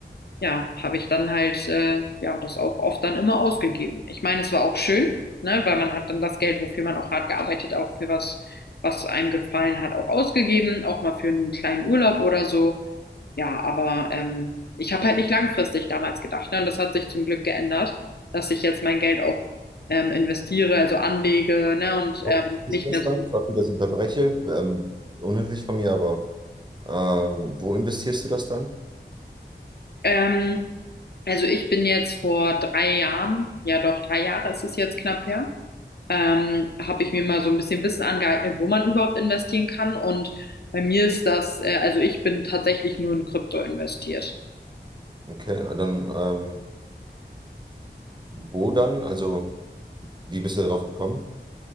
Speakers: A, on the left; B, on the right.
A: ja, habe ich dann halt äh, ja das auch oft dann immer ausgegeben. Ich meine, es war auch schön, ne, weil man hat dann das Geld, wofür man auch hart gearbeitet, auch für was, was einem gefallen hat, auch ausgegeben, auch mal für einen kleinen Urlaub oder so. Ja, aber ähm, ich habe halt nicht langfristig damals gedacht, ne, und das hat sich zum Glück geändert, dass ich jetzt mein Geld auch ähm, investiere, also anlege, ne, und
B: Wo
A: ähm,
B: Ist
A: nicht
B: das
A: mehr
B: dann?
A: so.
B: Sorry, dass ich unterbreche. Ähm, unhöflich von mir, aber ähm, wo investierst du das dann?
A: Ähm, also ich bin jetzt vor drei Jahren, ja doch drei Jahre ist es jetzt knapp her ähm, habe ich mir mal so ein bisschen Wissen angeeignet, wo man überhaupt investieren kann. Und bei mir ist das, äh, also ich bin tatsächlich nur in Krypto investiert.
B: Okay, dann ähm, wo dann? Also wie bist du darauf gekommen?